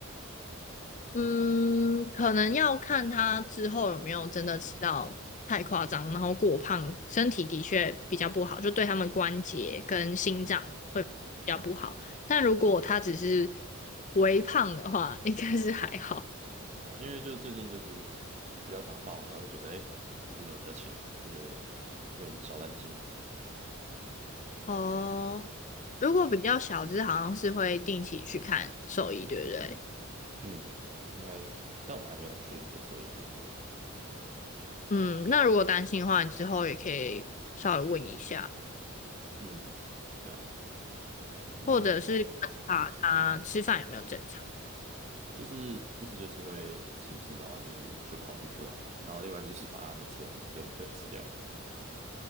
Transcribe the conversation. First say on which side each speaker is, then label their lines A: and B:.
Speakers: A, on the left; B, on the right.
A: 嗯，可能要看他之后有没有真的吃到太夸张，然后过胖，身体的确比较不好，就对他们关节跟心脏会比较不好。
B: 嗯，
A: 但如果他只是微胖的话，应该是还好。
B: 对啊，因为就最近就是比较常抱，然后就觉得哎，诶你怎么比较轻？就觉得有点小担心。
A: 哦，如果比较小只，好像是会定期去看兽医，对不对？
B: 嗯，应该是但我们还没有去给兽医看过。
A: 嗯，那如果担心的话，你之后也可以稍微问一下，
B: 嗯，对啊，但他们嗯
A: 或者是观察它吃饭有没有正常。
B: 就是一直就是会吃一次，然后就是就跑出去玩了，然后另外一只就是把它没吃完就就吃掉了。